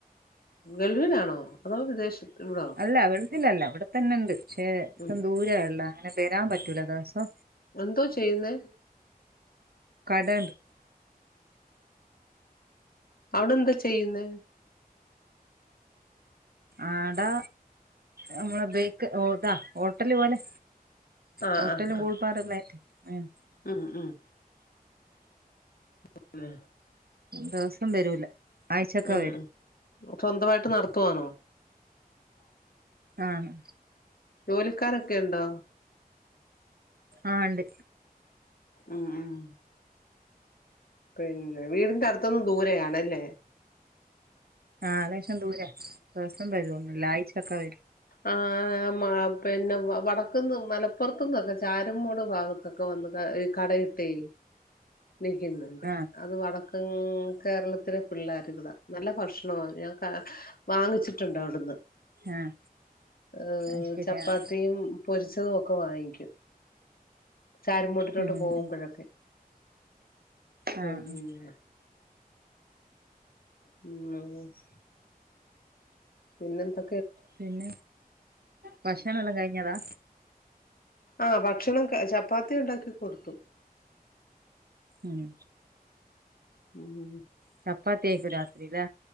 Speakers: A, on the left (about 70°); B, on the right (about 75°).
A: ഗൾഫിലാണോ അതോ വിദേശത്ത് ഇവിടോ?
B: ല്ല വെളുഫിലല്ല ഇവിടെത്തന്നെണ്ട് ക്ഷേ
A: ഉം
B: ദൂരെ ഉള്ളെ അങ്ങനെ വരാപറ്റൂല ദേവ്സോ.
A: എന്തോ ചെയ്യുന്നെ?
B: കടേണ്ട്.
A: അവിടെ എന്താ ചെയ്യുന്ന
B: ആടാ നമ്മള് ബേക്ക് ഓട ഹോട്ടല് പോലെ.
A: ആഹ്
B: ഹോട്ടലും
A: ആഹ്
B: കൂൾപ്പാടെല്ലായിട്ട് ഉം
A: ഉം ഉം അ് നെ
B: ദവസം വരൂല. ആഴ്ചൊക്കെ
A: ഉം
B: വരും
A: ഉം സ്വന്തമായിട്ട് നടത്തുവാണോ?
B: ആഹ്
A: ജോലിക്കാരൊക്കെ ഉണ്ടോ
B: ആഹ് ഇണ്ട്.
A: ആഹ് ആഹ് പിന്നെ വീടിന്റെ അടുത്തൊന്നു ദൂരയാണല്ലേ?
B: ആ ആകാശം ദൂര ദിവസം വരോന്നൂല്ല ആഴ്ച്ചൊക്കെ വരും
A: ആഹ് മ പിന്നെ വടക്ക്ന്ന് മലപ്പുറത്തുന്നൊക്കെ ചാരുംമൂട് ഭാഗത്ത്. ക്ക വന്ന് കടയിട്ടേ നിക്കുന്നുണ്ട്
B: ആഹ്
A: അത് വട ഉം കേരളത്തിലെ പിള്ളേര്ള്ള നല്ല ഭക്ഷണമാ ഞാ ക വാങ്ങിച്ചിട്ടുണ്ട് അവടുന്ന്.
B: ആഹ്
A: ഹ്
B: അത് ശരി
A: ചപ്പാത്തിയും
B: ആഹ്
A: പൊരിച്ചതും ഒക്കെ വാങ്ങിക്കും. ചാരമൂട്ടിലോട്ട്
B: ഉം
A: പോകുമ്പോഴൊക്കെ
B: ഉം
A: പിന്നെ
B: ആഹ് ആഹ്
A: ഉം പിന്നെന്താ?
B: പിന്നെ ഭക്ഷണം എല്ലാം കഴിഞ്ഞതാ?
A: ആഹ് ഭക്ഷണം ചപ്പാത്തി ഉണ്ടാക്കി കൊടുത്തു
B: ഉം
A: ഉം
B: ചപ്പാത്തിയേക്കു രാത്രിലെ